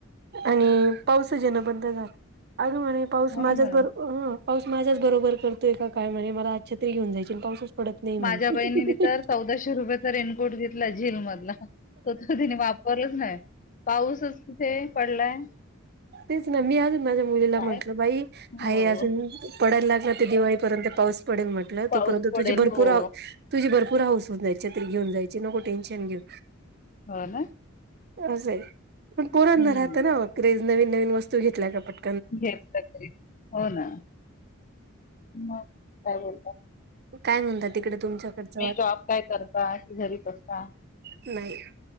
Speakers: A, on the right; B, on the left.
A: आणि पाऊसच इना बंद झाला. आ गं पाऊस
B: हो
A: माझ्याच
B: ना
A: बरो हं पाऊस माझ्याच बरोबर करतोय का काय म्हणे मला छत्री घेऊन जायची, न पाऊसच पडत नाही म्हणी
B: माझ्या बहिणीने तर
A: <unintelligible>
B: चौदाशे रुपयाचा रेनकोट घेतला जेलमधला तर त तिने वापरलंच नाही पाऊसच तिथे पडलाय
A: तेच ना मी अजून माझ्या मुलीला
B: काय
A: म्हंटलं बाई
B: हो
A: हाय अजून पडायला लागला ते दिवाळीपर्यंत पाऊस पडेल म्हटलं.
B: पाऊस
A: तोपर्यंत
B: पडेल
A: तुझी भरपूर
B: हो
A: आ तुझी भरपूर हाऊस हून जायची, छत्री घेऊन जायची, नको टेन्शन घेऊ.
B: हो ना
A: असं हाय, पण
B: हम्म
A: पोरांना राहत ना <unintelligible> नवीन नवीन वस्तू घेतल्या का पट
B: घेत तरी हो ना मग काय हो
A: काय म्हणतात तिकडे तुमच्याकडच वाात
B: जॉब काय करता कि घरीच असता
A: नाही